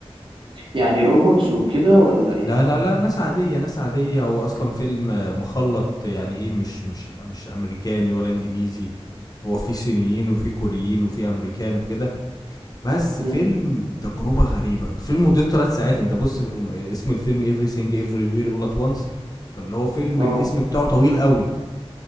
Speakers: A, on the right; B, on the left.
A: يعني روبوتس وكده ولا ايه
B: لا لا لا ناس عادية ناس عادية هو أصلا فيلم مخلط يعني إيه مش مش مش أمريكاني ولا إنجليزي هو في صينيين وفي كوريين وفي أمريكان وكده بس
A: امم
B: فيلم تجربة غريبة فيلم مدته تلات ساعات أنت بص في- اسم الفيلم Everything Everywhere All At Once فاللي هو فيلم
A: اه
B: الاسم بتاعه طويل قوي